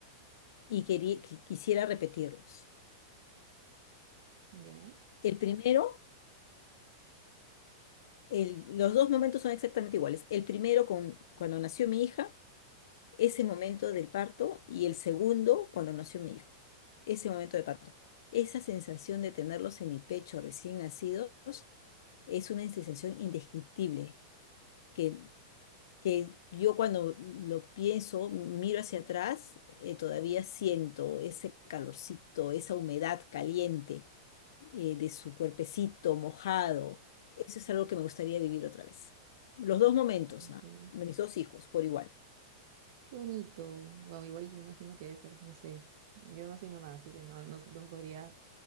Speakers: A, on the left; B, on the right.
A: y querí- qui- quisiera repetirlos.
B: Ya.
A: El primero, el- los dos momentos son exactamente iguales. El primero con, cuando nació mi hija, ese momento del parto, y el segundo cuando nació mi hijo, ese momento de parto. Esa sensación de tenerlos en mi pecho recién nacidos es una sensación indescriptible que que yo cuando lo pienso, miro hacia atrás, eh, todavía siento ese calorcito, esa humedad caliente eh, de su cuerpecito mojado. Eso es algo que me gustaría vivir otra vez. Los dos momentos,
B: Mm.
A: ah, De mis dos hijos, por igual.
B: Qué bonito. Wow, igual me imagino que debe ser, no sé. Yo no soy mamá, así que no, no, no podría,